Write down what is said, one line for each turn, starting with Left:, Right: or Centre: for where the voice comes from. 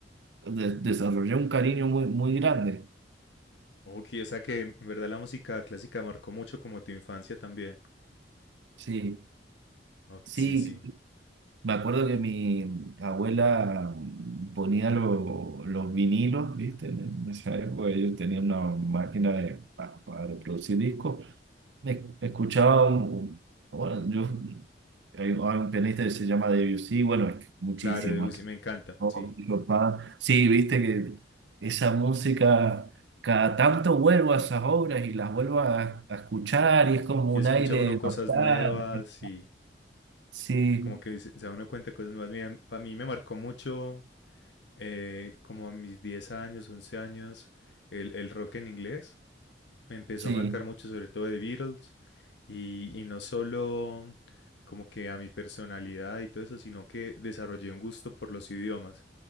Right: de- desarrollé un cariño muy, muy grande.
Left: Ok, o sea que en verdad la música clásica marcó mucho como tu infancia también.
Right: Sí,
Left: Ok,
Right: sí.
Left: sí, sí.
Right: Me acuerdo que mi abuela ponía lo- los vinilos, ¿viste? En esa época ellos tenían una máquina de- pa- para, reproducir discos. Me escuchaba un, bueno, yo, hay, hay un pianista que se llama Debussy, bueno, es muchísimo.
Left: Claro, Debussy, me encanta,
Right: ¿no?
Left: sí.
Right: Mi papá, sí, viste que esa música, cada tanto vuelvo a esas obras y las vuelvo a, a escuchar y es como
Left: Y
Right: un
Left: escucha
Right: aire
Left: uno cosas
Right: nostálgico.
Left: nuevas y,
Right: Sí,
Left: como que se se da uno cuenta de cosas nuevas. Mira, para mí me marcó mucho, eh, como a mis 10 años, 11 años, el, el rock en inglés. Me empezó
Right: sí.
Left: a marcar mucho, sobre todo de Beatles. Y, y no solo como que a mi personalidad y todo eso, sino que desarrollé un gusto por los idiomas